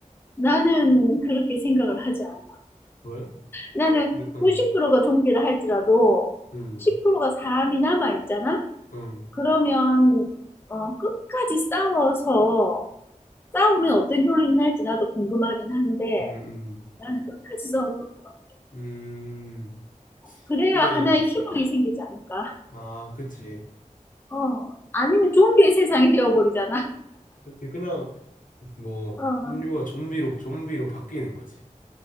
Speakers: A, on the left; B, on the left.
A: 나는 그렇게 생각을 하지 않아.
B: 왜?
A: 나는
B: 네, 어,
A: 90%가 좀비를 할지라도
B: 음,
A: 10%가 사람이 남아 있잖아?
B: 음,
A: 그러면 어, 끝까지 싸워서 싸우면 어떤 결론이 날지 나도 궁금하긴 한데
B: 음, 음,
A: 나는 끝까지 싸워볼 것 같아.
B: 음.
A: 그래야
B: 근데,
A: 하나의 희망이 생기지 않을까?
B: 아, 그치.
A: 어, 아니면 좀비의 세상이 되어버리잖아.
B: 그치, 그냥, 뭐,
A: 어.
B: 인류가 좀비로, 좀비로 바뀌는 거지.